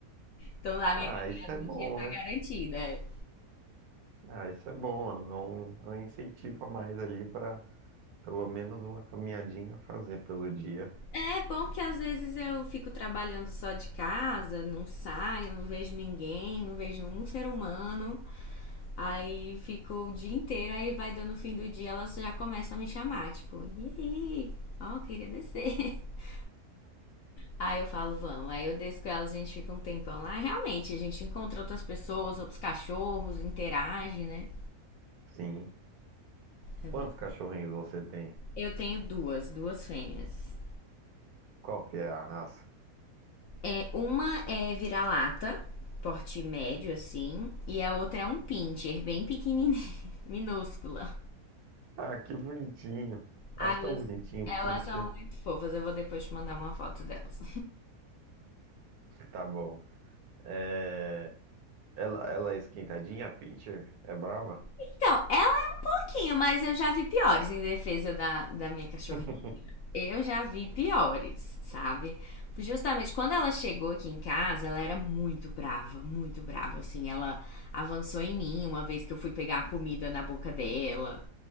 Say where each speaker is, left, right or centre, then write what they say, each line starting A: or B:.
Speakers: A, on the left; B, on the right.
A: Então lá minha
B: Ah,
A: caminhada
B: isso é
A: do
B: bom,
A: dia tá
B: né?
A: garantida.
B: Ah, isso é bom, é um, é um incentivo a mais ali pra pelo menos uma caminhadinha fazer pelo dia.
A: É bom porque às vezes eu fico trabalhando só de casa, não saio, não vejo ninguém, não vejo um ser humano. Aí fico o dia inteiro, aí vai dando o fim do dia, elas já começam a me chamar, tipo, e aí? Ó, queria descer. <laughs> Aí eu falo, vamos. Aí eu desço com elas, a gente fica um tempão lá. Realmente, a gente encontra outras pessoas, outros cachorros, interage, né?
B: Sim.
A: É
B: Quantos
A: bem-
B: cachorrinhos você tem?
A: Eu tenho duas, duas fêmeas.
B: Qual que é a raça?
A: É, uma é vira-lata, porte médio, assim, e a outra é um pincher, bem pequenininha, <laughs> minúscula.
B: Ah, que bonitinho.
A: Ah,
B: Acho
A: elas,
B: tão bonitinho o
A: elas
B: pincher.
A: são muito fofas, eu vou depois te mandar uma foto delas.
B: Tá bom. É, Ela, ela é esquentadinha, a Pinscher? É brava?
A: Então, ela é um pouquinho, mas eu já vi piores em defesa da, da minha cachorrinha.
B: <laughs>
A: Eu já vi piores, sabe? Justamente quando ela chegou aqui em casa, ela era muito brava, muito brava. Assim, ela avançou em mim uma vez que eu fui pegar a comida na boca dela.